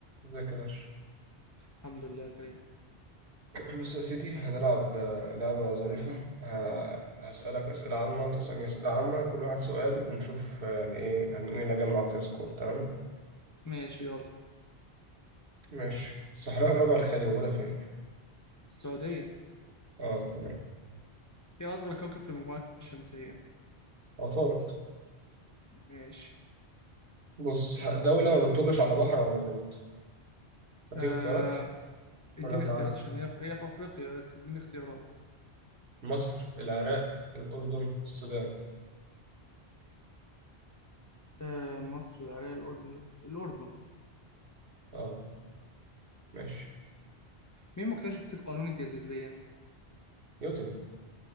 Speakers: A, on the right; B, on the left.
A: ازيك يا باشا
B: الحمد لله يا كريم
A: بص يا سيدي هنلعب آه، لعبة ظريفة ه- هسألك أسئلة عامة وأنت تسألني أسئلة عامة كل واحد سؤال ونشوف آه، يعني إيه هن- مين اللي هيجمع أكتر سكور تمام
B: ماشي يلا
A: ماشي الصحراء الربع الخالي موجودة فين؟
B: السعودية
A: أه تمام
B: ايه أصغر كوكب في المجموعة الشمسية
A: عطارد
B: ماشي
A: بص ه- دولة ما بتطلش على بحر أو محيط دي
B: آه
A: اختيارات
B: اديني
A: ولا أنت
B: اختيارات
A: عارف؟
B: عشان هي في هي في أفريقيا بس اديني اختيارات
A: مصر العراق الأردن السودان
B: آه مصر العراق الأردن الأردن
A: أه ماشي
B: مين مكتشف قانون الجاذبية
A: نيوتن